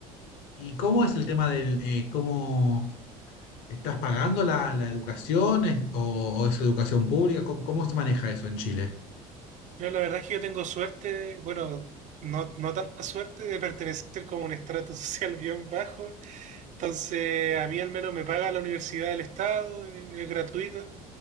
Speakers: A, on the left; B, on the right.
A: ¿Y cómo es el tema del, eh, cómo ¿Estás pagando la, la educación eh, o, o es educación pública? ¿Cómo, cómo se maneja eso en Chile?
B: Pero la verdad es que yo tengo suerte, bueno, no, no tanta suerte de pertenecer como a un estrato <laughs> social bien bajo. Entonces, a mí al menos me paga la universidad del Estado, es gratuita.